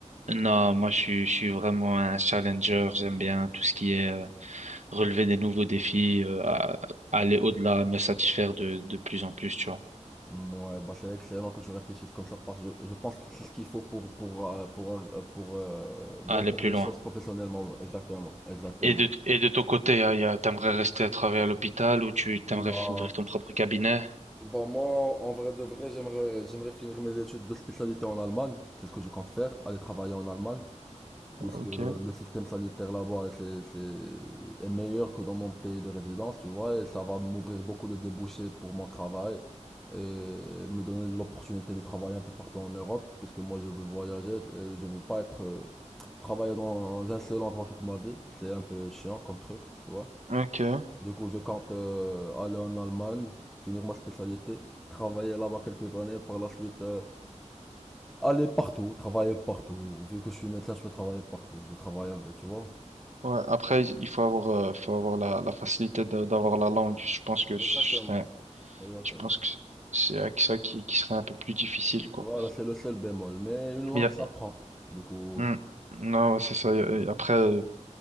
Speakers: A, on the right; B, in the centre.
A: Non, moi je suis je suis vraiment un challenger. J'aime bien tout ce qui est euh, relever des nouveaux défis, euh, à- aller au-delà, me satisfaire de, de plus en plus, tu vois,
B: Ouais, bah c'est excellent que tu réfléchisses comme ça parce que je, je pense que c'est ce qu'il faut pour, pour, euh, pour, euh, pour, euh, bien
A: aller
B: faire
A: plus
B: les
A: loin.
B: choses professionnellement. Exactement, exactement.
A: Et de, et de ton côté, hein, y a, t'aimerais rester à travailler à l'hôpital ou tu t'aimerais
B: Bah,
A: f- ouvrir ton propre cabinet?
B: bah moi, en vrai de vrai, j'aimerais, j'aimerais finir mes études de spécialité en Allemagne. C'est ce que je compte faire, aller travailler en Allemagne.
A: Ok,
B: puisque le système sanitaire là-bas c'est, c'est- est meilleur que dans mon pays de résidence, tu vois, et ça va m'ouvrir beaucoup de débouchés pour mon travail et me donner l'opportunité de travailler un peu partout en Europe, puisque moi je veux voyager, et je veux pas être euh, travailler dans un seul endroit toute ma vie, c'est un peu chiant comme truc, tu vois.
A: ok.
B: Du coup, je compte euh, aller en Allemagne, finir ma spécialité, travailler là-bas quelques années, par la suite euh, aller partout, travailler partout. Vu que je suis médecin, je peux travailler partout. Je travaille avec, tu vois,
A: Ouais. Après, il faut avoir, euh, faut avoir la, la facilité de- d'avoir la langue. Je pense que
B: Exactement.
A: c'est, un-
B: Exactement.
A: je pense que c'est avec ça qui, qui serait un peu plus difficile, quoi.
B: Voilà, c'est le seul bémol. Mais une langue
A: Mais y a-
B: s'apprend. Du coup.
A: Hmm. Non, ouais, c'est ça. Y a- Après, euh,